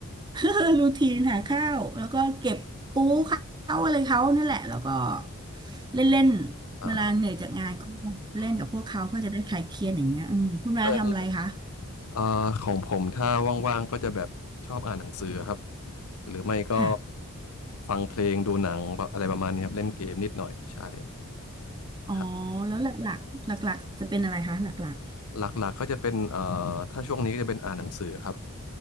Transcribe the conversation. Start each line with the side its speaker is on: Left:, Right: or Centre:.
Right: <laughs> รูทีนหาข้าวแล้วก็เก็บปูเขาอะไรเขานั่นแหละแล้วก็เล่นเล่น
Left: อ่า
Right: เวลาเหนื่อยจากงานก็
Left: อืม
Right: เล่นกับพวกเขาเพื่อจะได้คลายเครียดอย่างเงี้ยอืมคุณมาทำอะไรคะ
Left: แล้วอย่างนี้เอ่อของผมถ้าว่างๆก็จะแบบชอบอ่านหนังสือครับหรือไม่ก็
Right: ค่ะ
Left: ฟังเพลงดูหนังแบบอะไรประมาณนี้ครับเล่นเกมนิดหน่อยใช่
Right: อ๋อ
Left: ครับ
Right: แล้วหลักๆหลักๆจะเป็นอะไรคะหลัก
Left: หลักๆก็จะเป็นเอ่อถ้าช่วงนี้ก็จะเป็นอ่านหนังสือครับ